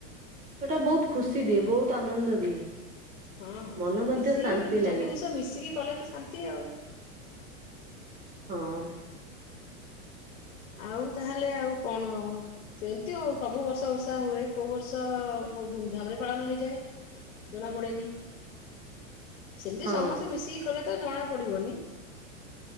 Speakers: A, on the right (about 20°); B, on the left (about 80°).
A: ସେଟା ବହୁତ ଖୁସି ଦିଏ ବହୁତ ଆନନ୍ଦ ଦିଏ
B: ହଁ ହଁ
A: ମନ
B: ସେ
A: ମଧ୍ୟ
B: ମିଶିକି
A: ଶାନ୍ତି ଲାଗେ
B: ସବୁ ଜିନିଷ ମିଶିକି କଲେ ତ ଶାନ୍ତି ଆଉ।
A: ହଁ
B: ଆଉ ତାହେଲେ ଆଉ କଣ ସେମତିଓ ସବୁ ବର୍ଷ ଓଷା ହୁଏ କୋଉ ବର୍ଷ ବହୁତ ଧୁମଧାମ ରେ ପାଳନ ହେଇଯାଏ ଜଣା ପଡେନି। ସେମିତି
A: ହଁ
B: ସମସ୍ତେ ମିଶିକି କଲେ ତ ଜଣା ପଡିବନି।